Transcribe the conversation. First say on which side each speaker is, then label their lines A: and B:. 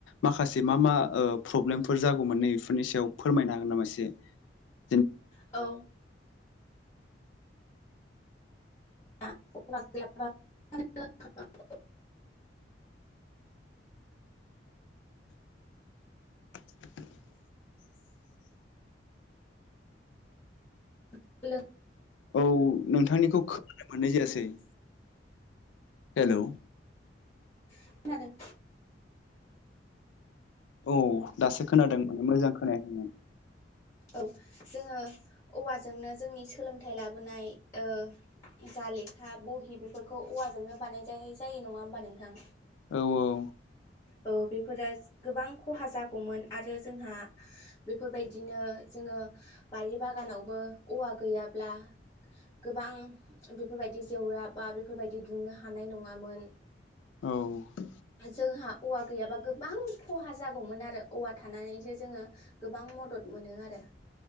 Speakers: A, on the left (about 85°); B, on the left (about 20°).
A: माखासे मा मा ओ प्रब्लेमफोर जागौमोन नै बेफोरनि सायाव फोरमायनो हागोन नामा एसे? <inaudible>
B: औ <unintelligible>
A: <inaudible> <inaudible>
B: <unintelligible>
A: औ नोंथांनिखौ खोनानो मोननाय जायासै। ओ हेलौ।
B: खोनादों
A: औ दासो खोनादों माने मोजां खोनायाखैमोन।
B: औ जोङो औवाजोंनो जोंनि सोलोंथाइ लाबोनाय ओ जा लेखा बहि बेफोरखौ औवाजोंनो बानायजाय जायो नङा होमबा नोंथां।
A: औ औ।
B: औ बेफोरो गोबां खहा जागौमोन आरो जोंहा बेफोरबायदिनो जोङो ओ बारि बागानावबो औवा गैयाब्ला गोबां बेफोरबायदि जेवरा बा बेफोरबायदि दुंनो हानाय नङामोन।
A: औ
B: जोंहा औवा गैयाबा गोब्बां खहा जागौमोन आरो औवा थानानैसो जोङो गोबां मदद मोनो आरो।